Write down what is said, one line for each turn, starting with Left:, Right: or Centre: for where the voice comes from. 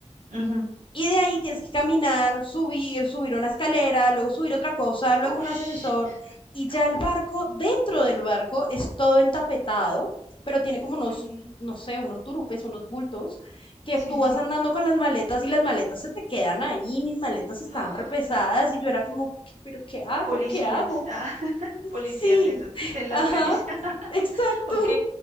Right: ujú.
Left: Y de ahí tienes que caminar, subir, subir una escalera, luego subir otra cosa, luego
Right: Ush,
Left: un ascensor.
Right: <laughs>
Left: Y ya
Right: no,
Left: el barco, dentro del barco, es todo entapetado, pero tiene como
Right: ok.
Left: unos,
Right: Sí,
Left: no sé, unos turupes, unos bultos, que
Right: sí,
Left: tú vas
Right: sí.
Left: andando con las maletas y las maletas se te quedan ahí, mis maletas estaban
Right: Ah,
Left: repesadas y yo era como, pero ¿qué hago?
Right: Policías,
Left: ¿Qué hago?
Right: ah, <laughs> policías
Left: Sí,
Right: de esos
Left: <laughs>
Right: de las
Left: ajá,
Right: calles. <laughs>
Left: exacto.
Right: Ok.